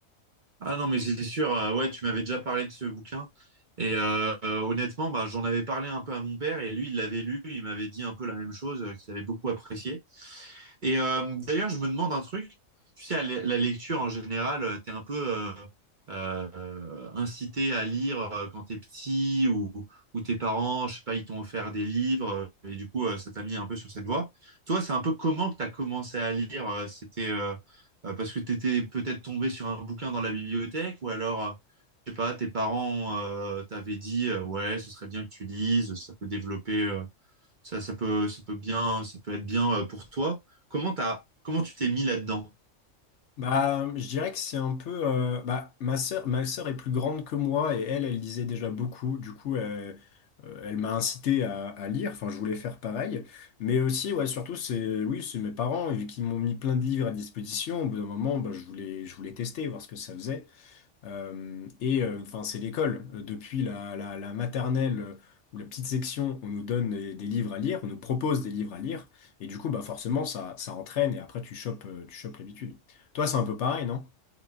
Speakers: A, on the right; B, on the left.
A: Ah non, mais c'est sûr. euh, ouais, tu m'avais déjà parlé de ce bouquin et euh, euh, honnêtement, bah, j'en avais parlé un peu à mon père et lui, il l'avait lu, il m'avait dit un peu la même chose, euh, qu'il avait beaucoup apprécié. Et euh, d'ailleurs, je me demande un truc. Tu sais, à la la lecture en général, tu es un peu euh, euh, incité à lire euh, quand tu es petit ou, ou tes parents, je sais pas, ils t'ont offert des livres euh, et du coup, euh, ça t'a mis un peu sur cette voie. Toi, c'est un peu comment que tu as commencé à lire? euh, C'était euh, euh, parce que tu étais peut-être tombé sur un bouquin dans la bibliothèque ou alors, euh, je sais pas, tes parents euh, t'avaient dit, euh, ouais, ce serait bien que tu lises, ça peut développer. euh, ça, ça peut, ça peut bien, ça peut être bien euh, pour toi. Comment t'as, comment tu t'es mis là-dedans?
B: Bah, je dirais que c'est un peu. euh, bah, ma sœur, ma sœur est plus grande que moi et elle, elle lisait déjà beaucoup. Du coup, euh, euh, elle m'a incité à, à lire. Enfin, je voulais faire pareil. Mais aussi, ouais, surtout, c'est oui, c'est mes parents, vu qu'ils m'ont mis plein de livres à disposition. Au bout d'un moment, bah, je voulais, je voulais tester, voir ce que ça faisait. Euh, et euh, enfin, c'est l'école. Euh, Depuis la, la- la maternelle euh, ou la petite section, on nous donne des, des livres à lire, on nous propose des livres à lire, et du coup, bah forcément, ça, ça entraîne, et après, tu chopes, euh, tu chopes l'habitude. Toi, c'est un peu pareil, non?